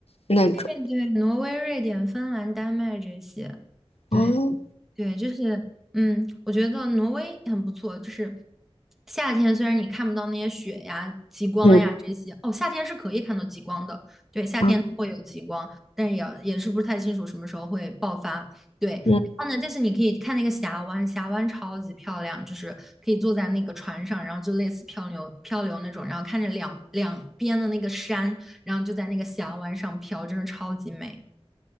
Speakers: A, on the left (about 75°); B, in the centre.
A: 那种，
B: 对对，挪威、瑞典、芬兰、丹麦这些，对，
A: 哦，
B: 对，就是，嗯，我觉得挪威很不错。就是夏天，虽然你看不到那些雪呀、极光呀这些，
A: 嗯，
B: 哦，夏天是可以看到极光的。对，夏天会有极光，
A: 啊，
B: 但是也也是不是太清楚什么时候会爆发。对，然后呢，
A: 嗯，
B: 但是你可以看那个峡湾，峡湾超级漂亮，就是可以坐在那个船上，然后就类似漂流漂流那种，然后看着两两边的那个山，然后就在那个峡湾上飘，真的超级美。